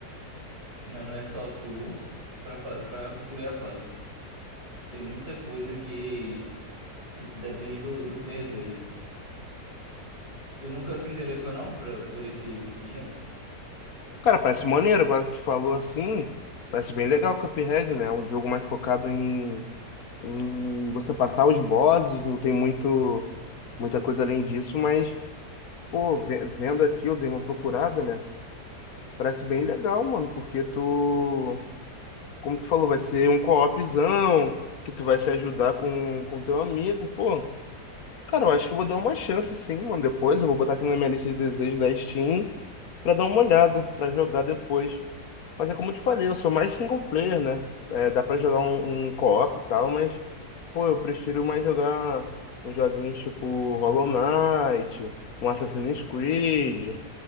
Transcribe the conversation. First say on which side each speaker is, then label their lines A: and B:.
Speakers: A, on the right; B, on the left.
A: né, não é só tu, pra, fa- pra concluir a fase. Tem muita coisa que, que depende do, do player 2. Tu nunca se interessou não pra, por esse tipo de gênero?
B: Cara, parece maneiro, agora que tu falou assim, parece bem legal o Cuphead, né? É um jogo mais focado em, em você passar os bosses, não tem muito, muita coisa além disso, mas, pô, ve- vendo aqui, eu dei uma procurada, né? Parece bem legal, mano, porque tu como tu falou, vai ser um co-opzão, que tu vai se ajudar com com teu amigo, pô. Cara, eu acho que eu vou dar uma chance sim, mano. Depois eu vou botar aqui na minha lista de desejos da Steam pra dar uma olhada, pra jogar depois. Mas é como eu te falei, eu sou mais single player, né? É, dá pra jogar um, um co-op e tal, mas, pô, eu prefiro mais jogar uns joguinhos tipo Hollow Knight, um Assassin's Creed.